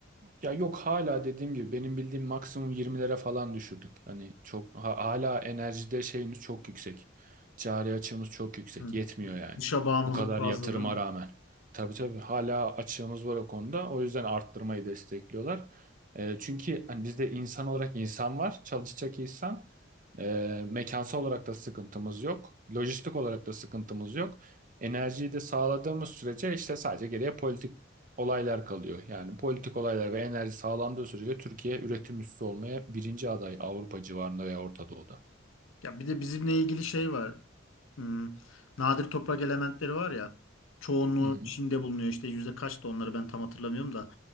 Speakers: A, on the right; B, on the left.
A: Ya yok hala dediğim gibi benim bildiğim maksimum 20'lere falan düşürdük. Hani çok ha- hala enerjide şeyimiz çok yüksek. Cari açığımız çok yüksek.
B: Hı.
A: Yetmiyor yani.
B: Dışa bağımlılık
A: Bu kadar
B: fazla
A: yatırıma
B: değil mi?
A: rağmen. Tabii tabii hala açığımız var o konuda. O yüzden arttırmayı destekliyorlar. Ee, çünkü hani bizde insan olarak insan var. Çalışacak insan. Ee, mekansal olarak da sıkıntımız yok. Lojistik olarak da sıkıntımız yok. Enerjiyi de sağladığımız sürece işte sadece geriye politik olaylar kalıyor. Yani politik olaylar ve enerji sağlandığı sürece Türkiye üretim üssü olmaya birinci aday Avrupa civarında veya Orta Doğu'da.
B: Ya bir de bizimle ilgili şey var. Hmm, nadir toprak elementleri var ya. Çoğunluğu
A: Hı hı.
B: Çin'de bulunuyor. İşte yüzde kaçtı onları ben tam hatırlamıyorum da.